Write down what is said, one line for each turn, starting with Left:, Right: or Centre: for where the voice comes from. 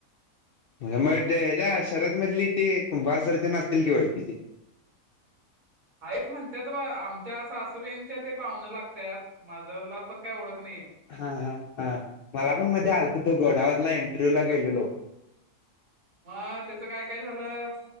Left: मग द ह्याच्या शरद मधली ती कुंभार सर तीम आसतील कि ओळखीची.
Right: हायत म्हणतात बा आमच्या सासुबईंच्या ते पाहुण लागतात. म <unintelligible> पण काही ओळख नाहीये.
Left: हा हा हा मला पण मध्ये आलत ते घोडावतला एंटरव्ह्यू ला गेलेलो.
Right: म त्याचं काय काय झालं?